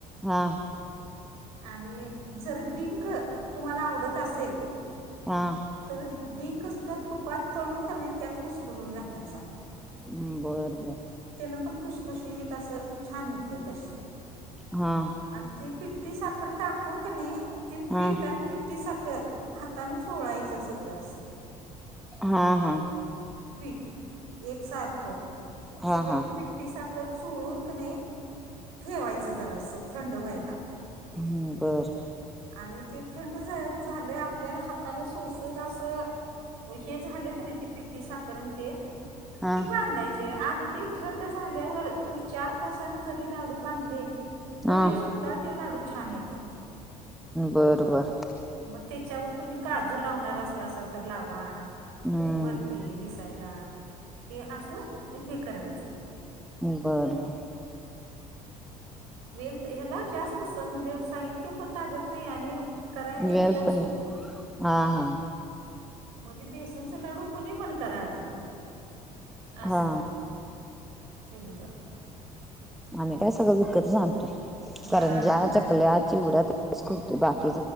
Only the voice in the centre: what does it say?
हा
हा.
हम्म बरं बरं.
हां.
हा
हा हा.
हा
हा
हम्म बरं.
हा
हा
बरं बरं.
हम्म
बरं.
वेळ पण
हा हा.
हा
आम्ही काय सगळं विकतच आणतोय करंज्या,
चकल्या, चिवड्याच तेवढाच करतो. बाकी